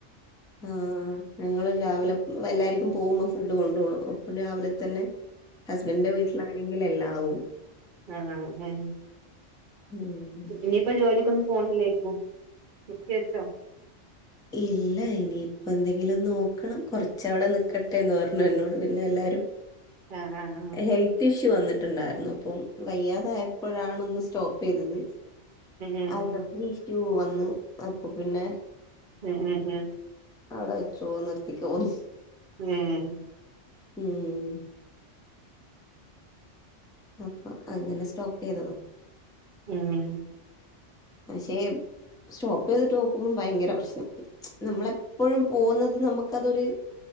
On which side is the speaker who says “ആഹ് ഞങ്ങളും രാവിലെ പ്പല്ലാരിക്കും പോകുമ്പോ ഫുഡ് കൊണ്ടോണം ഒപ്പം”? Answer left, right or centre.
Centre